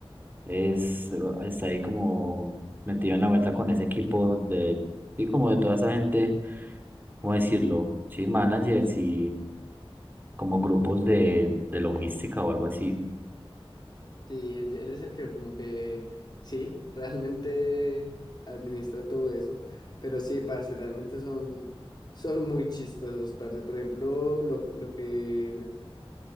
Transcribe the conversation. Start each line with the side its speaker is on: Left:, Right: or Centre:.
Right: es, está ahí como metido en la vuelta con ese equipo de, sí, como de toda esa gente, ¿cómo decirlo? Sí, managers y como grupos de, de logística o algo así.
Left: Sí, él, él es el que como que, sí, <laughs> realmente administra todo eso, pero sí, parce, realmente son, son muy chistosos, parce. Por ejemplo, lo, lo que